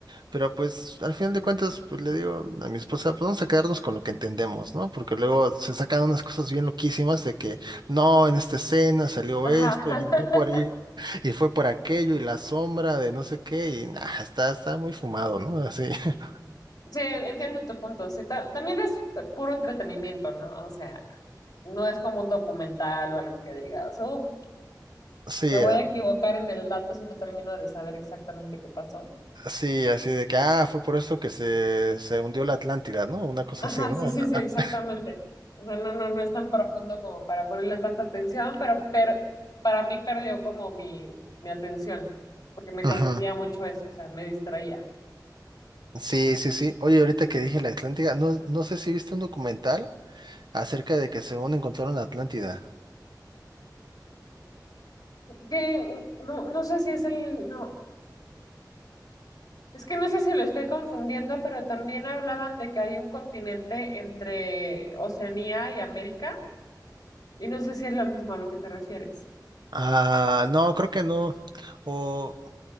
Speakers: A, on the right; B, on the left.
A: pero pues al final de cuentas pues le digo a mi esposa, pues vamos a quedarnos con lo que entendemos, ¿no? Porque luego se sacan unas cosas bien loquísimas de que no, en esta escena salió
B: ajá.
A: esto
B: <laughs>
A: y fue por ahí, y fue por aquello y la sombra de no sé qué y nah, está, está muy fumado, ¿no? Así, <laughs>
B: Sí, entiendo tu punto. Sí, ta- también es puro entretenimiento, ¿no? O sea, no es como un documental o algo que digas, uff,
A: sí,
B: me voy a equivocar en el dato si no termino de saber exactamente qué pasó.
A: Sí, así de que, ah, fue por esto que se, se hundió la Atlántida, ¿no? Una cosa
B: Ajá,
A: así, ¿no?
B: sí,
A: <laughs>
B: sí, sí, exactamente.
A: Sí,
B: O sea, no, no, no es tan profundo como para ponerle tanta atención, pero per- para mí perdió como mi, mi atención, porque me confundía
A: Ujú.
B: mucho eso, o sea, me distraía.
A: sí, sí. sí. Oye, ahorita que dije la Atlántida, no, no sé si viste un documental acerca de que según encontraron la Atlántida.
B: Que no, no sé si es el, no. Es que no sé si lo estoy confundiendo, pero también hablaban de que hay un continente entre Oceanía y América, y no sé si es lo mismo a lo que te refieres.
A: Ah, no, creo que no. O,